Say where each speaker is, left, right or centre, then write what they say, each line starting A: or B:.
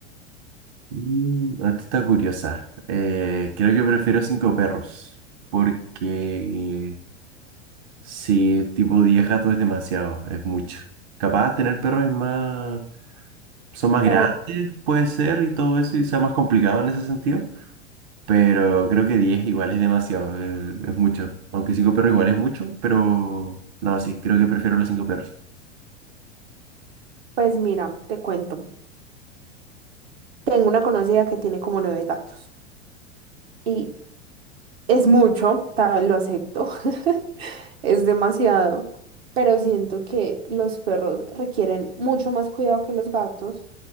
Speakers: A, on the right (about 40°); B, on the right (about 60°).
A: mm, ah, esta está curiosa. Eh, creo que prefiero cinco perros porque... Sí, tipo 10 gatos es demasiado, es mucho. Capaz tener perros es más, son más grandes,
B: Pero,
A: puede ser, y todo eso, y sea más complicado en ese sentido. Pero creo que 10 igual es demasiado, es, es mucho. Aunque 5 perros igual es mucho, pero no, sí, creo que prefiero los 5 perros.
B: pues mira, te cuento. Tengo una conocida que tiene como nueve gatos. Y es mucho, ta- lo acepto. <laughs> Es demasiado, pero siento que los perros requieren mucho más cuidado que los gatos,